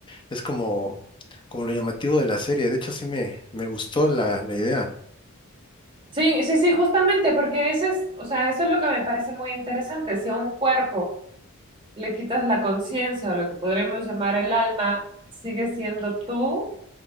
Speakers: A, on the left; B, on the right.
A: Es como, como lo llamativo de la serie. De hecho, sí me, me gustó la, la idea.
B: Sí, sí, sí, justamente, porque ese es, o sea, eso es lo que me parece muy interesante. Si a un cuerpo le quitas la conciencia o lo que podríamos llamar el alma, sigue siendo tú,